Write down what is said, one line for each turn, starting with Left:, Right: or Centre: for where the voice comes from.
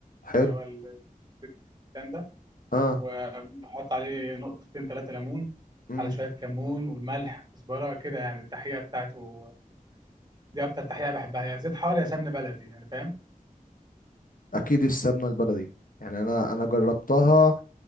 Left: حلو
Right: اللي هو الزيتون ده
Left: اه
Right: وبحط عليه نقطتين ثلاثة ليمون
Left: امم
Right: على شوية كمون والملح كزبرة كده يعني التحقيقة بتاعته دي أكتر تحقيقة بحبها يا زيت حار يا سمن بلدي يعني فاهم
Left: اكيد السمنه البلدي يعني انا انا جربتها